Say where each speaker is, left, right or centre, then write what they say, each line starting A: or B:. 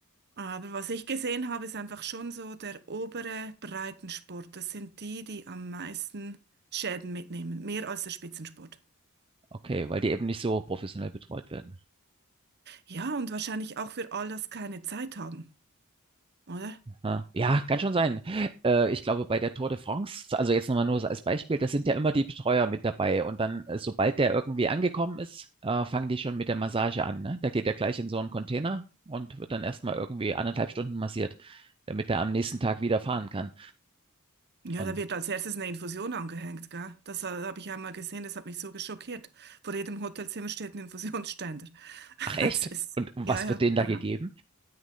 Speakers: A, on the right; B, on the right.
A: Aber was ich gesehen habe, ist einfach schon so der obere Breitensport. Das sind die, die am meisten Schäden mitnehmen, mehr als der Spitzensport.
B: okay, weil die eben nicht so professionell betreut werden.
A: Ja, und wahrscheinlich auch für all das keine Zeit haben, oder?
B: Ja, Ja, kann schon sein. Äh, ich glaube, bei der Tour de France, also jetzt nochmal nur so als Beispiel, da sind ja immer die Betreuer mit dabei. Und dann, äh, sobald der irgendwie angekommen ist, äh, fangen die schon mit der Massage an, ne? Da geht er gleich in so einen Container und wird dann erstmal irgendwie anderthalb Stunden massiert, damit er am nächsten Tag wieder fahren kann.
A: Ja,
B: Und,
A: da wird als erstes eine Infusion angehängt, gell? Das äh, habe ich einmal gesehen, das hat mich so geschockiert. Vor jedem Hotelzimmer steht ein Infusionsständer.
B: ach
A: <laughs>
B: echt?
A: Das ist,
B: Und was
A: ja, ja,
B: wird denen
A: aha.
B: da gegeben?